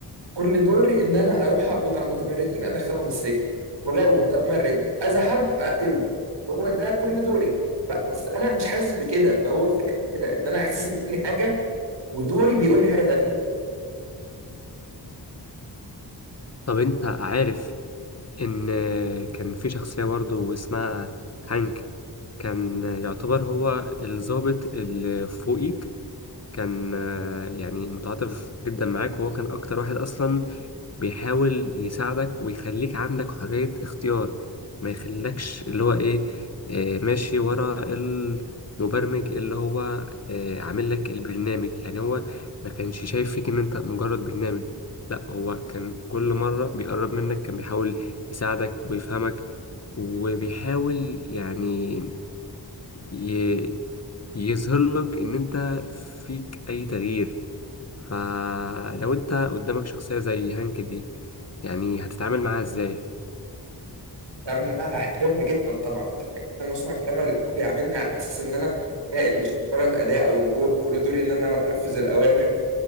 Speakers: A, on the right; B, on the left.
A: كل دوري ان انا اروح اقبض على المتمردين ادخلهم السجن ولو متمرد اذى حد اقتله هو ده كل دوري ف- بس انا مش حاسس بكده فهو الفكره في كده ان انا احساسي بيقول لي حاجه ودوري بيقول لي حاجه تانيه
B: طب أنت عارف إن كان في شخصية برضه اسمها هانك كان يعتبر هو الضابط اللي فوقيك كان يعني متعاطف جدا معاك وهو كان أكتر واحد أصلا بيحاول يساعدك ويخليك عندك حرية اختيار ما يخليكش اللي هو ايه آه، ماشي ورا المبرمج اللي هو آه، عامل لك البرنامج يعني هو ما كانش شايف فيك ان انت مجرد برنامج لا هو كان كل مرة بيقرب منك كان بيحاول يساعدك ويفهمك وبيحاول يعني ي- يظهر لك ان انت فيك اي تغيير فلو انت قدامك شخصية زي هانك دي يعني هتتعامل معاها ازاي
A: انا بقى هحترمها جدا طبعا هحترمها جدا واسمع كلامها اللي هو بيعاملني على اساس ان انا كائن مش مجرد اداء او روبوت كل دوري ان انا انفذ الاوامر